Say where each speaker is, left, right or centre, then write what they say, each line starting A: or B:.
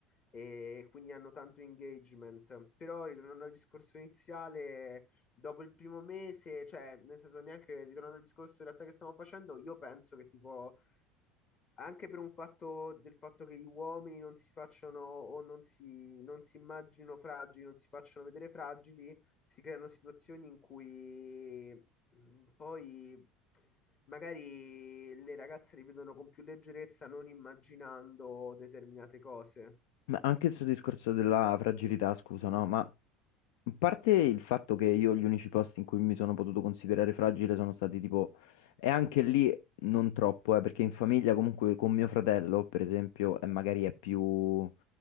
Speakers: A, on the left (about 35°); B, on the left (about 65°).
A: e quindi hanno tanto engagement. Però, ritornando al discorso iniziale, dopo il primo mese, cioè, nel senso, neanche ritornando al discorso in realtà che stiamo facendo, io penso che tipo anche per un fatto del fatto che gli uomini non si facciano o non si, non si immaginino fragili, non si facciano vedere fragili, si creano situazioni in cui mh, poi magari le ragazze li vedono con più leggerezza, non immaginando determinate cose.
B: Ma anche questo discorso della fragilità, scusa, no? Ma A parte il fatto che io gli unici posti in cui mi sono potuto considerare fragile sono stati tipo, e anche lì non troppo, eh, perché in famiglia comunque con mio fratello, per esempio, è magari è più,